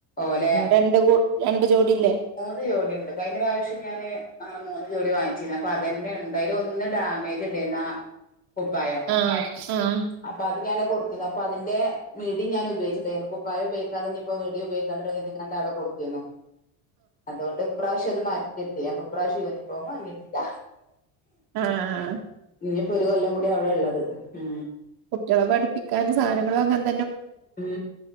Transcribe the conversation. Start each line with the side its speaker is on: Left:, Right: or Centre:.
Left: ഓലെ
Right: രണ്ട് കൂ രണ്ട് ജോടില്ലേ
Left: മൂന്ന് ജോടിയുണ്ട് കഴിഞ്ഞ പ്രാവശ്യം ഞാന് അങ്ങനെ മൂന്ന് ജോടി വാങ്ങിച്ചിന്ന് അപ്പൊ അതന്നെ എന്തായും ഒന്ന് ഡാമേജ് ഉണ്ടായിന്നആ കുപ്പായം
Right: ആഹ് ആഹ്
Left: അപ്പൊ അത് ഞാന കൊടുത്തിനെ അപ്പൊ അതിന്റെ മി അധികാം ഞാന് ഉപയോഗിചില്ല കുപ്പായം ഉപയോഗിയ്ക്കാതിപ്പോ ഇപ്പോ മിഡി ഉപയോഗിക്കണ്ടിങ്ങിട്ട് ഞാന് ത അടെ കൊടുത്തിന്നു അതുകൊണ്ട് ഇപ്രാവശ്യം അത് മാറ്റിട്ട അപ്പൊ ഇപ്രാവശ്യ പോമ വന്നേറ്റില്ല
Right: ആഹ്
Left: ഇനിപ്പോ ഒരു കൊല്ലം കൂടി അവിടെ ഒള്ളത് ഊ
Right: യോഗ പഠപ്പിക്കാനും സാധനങ്ങളു വാങ്ങാനും
Left: ഉം